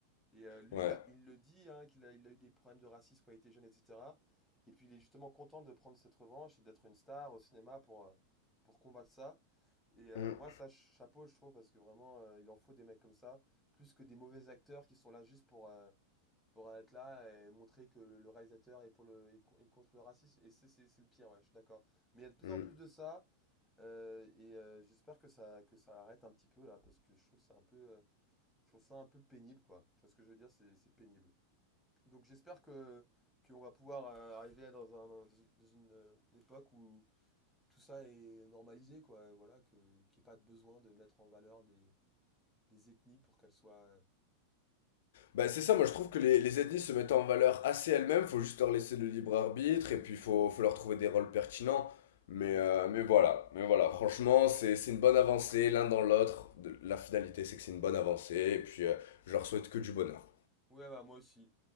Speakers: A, in the centre; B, on the left (about 55°).
A: et euh, lui,
B: Ouais.
A: il, a- il le dit, hein, qu'il a, il a eu des problèmes de racisme quand il était jeune, etc. Et puis il est justement content de prendre cette revanche et d'être une star au cinéma pour, euh, pour combattre ça. Et euh,
B: Hum,
A: moi, ça, ch- chapeau, je trouve, parce que vraiment, euh, il en faut des mecs comme ça, plus que des mauvais acteurs qui sont là juste pour, euh, pour être là et montrer que le, le réalisateur est, pour le, est co- est contre le racisme. Et c'est c'est- c'est le pire, ouais, je suis d'accord. Mais il y a de plus
B: hum.
A: en plus de ça, euh, et euh, j'espère que ça, que ça arrête un petit peu là, parce que je trouve que c'est un peu... euh, je trouve ça un peu pénible, quoi. Tu vois ce que je veux dire? C'est c'est pénible. Donc j'espère que qu'on va pouvoir euh, arriver à dans un, dans une dans une, euh, époque où tout ça est normalisé, quoi. Voilà, que qu'il n'y ait pas de besoin de mettre en valeur des, des ethnies pour qu'elles soient pour
B: Bah,
A: qu'elles
B: c'est ça,
A: so-
B: moi je trouve
A: Mm.
B: que les, les ethnies se mettent en valeur assez elles-mêmes, faut juste leur laisser le libre arbitre et puis faut, faut leur trouver des rôles pertinents. Mais,
A: Mhm.
B: euh, mais voilà, mais voilà, franchement, c'est, c'est une bonne avancée l'un dans l'autre. De- La finalité, c'est que c'est une bonne avancée et puis euh, je leur souhaite que du bonheur.
A: Ouais, bah moi aussi.